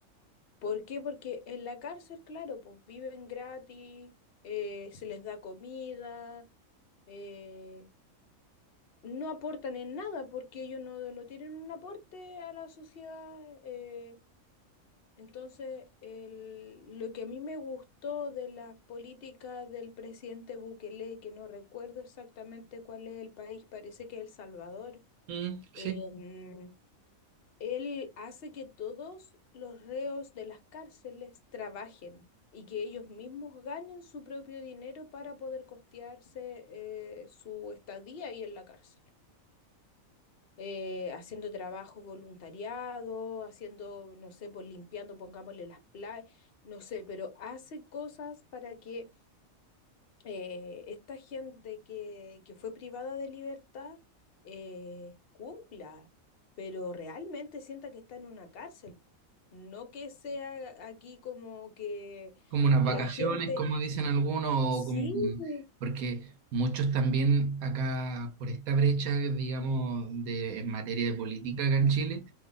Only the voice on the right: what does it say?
Mm, sí.
como unas
vacaciones,
como dicen algunos, o
como,
porque muchos también acá por esta brecha, digamos, de, en materia de política acá en Chile,